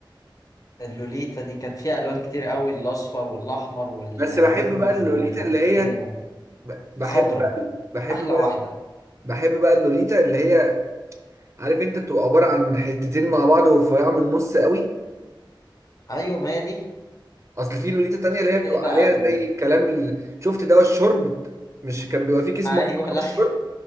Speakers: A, on the left; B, on the right.
A: اللوليتا دي كانت فيها ألوان كتير قوي الأصفر والأحمر والموف
B: بس بحب بقى اللوليتا
A: والبرتقاني
B: اللي هي ب- بحب
A: والخضرة
B: بقى بحب
A: أحلى
B: بقى
A: واحدة
B: بحب بقى اللوليتا اللي هي عارف انت بتبقى عباره عن حتتين مع بعض ورفيعه من النص قوي
A: أيوة ما هي دي
B: اصل في لوليتا تانية
A: بتحب
B: اللي هي بتبقى
A: إيه بقى
B: عليها
A: ال-
B: زي كلام ال... شفت دواء الشرب مش كان بيبقى فيه كيس
A: أيوة
B: ميه دواء
A: لا
B: الشرب